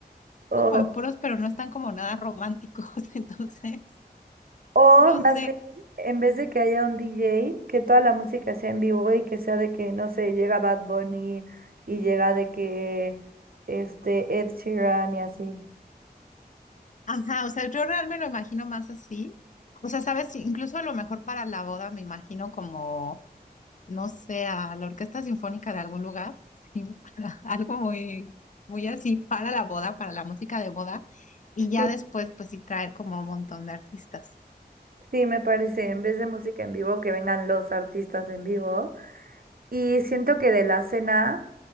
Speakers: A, on the right (about 60°); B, on the left (about 50°).
A: O,
B: como en puros, pero no están como nada románticos, <laughs> entonces,
A: o
B: no
A: más
B: sé.
A: bien, en vez de que haya un DJ, que toda la música sea en vivo y que sea de que, no sé, llega Bad Bunny y llega de que este Ed Sheeran y así.
B: Ajá, o sea, yo realmente me lo imagino más así. O sea, sabes, Sí, incluso a lo mejor para la boda me imagino como, no sé, a la orquesta sinfónica de algún lugar, sí, <laughs> algo muy, muy así para la boda, para la música de boda, y ya
A: Sí,
B: después, pues sí traer como un montón de artistas.
A: sí, me parece. En vez de música en vivo, que vengan los artistas en vivo. Y siento que de la cena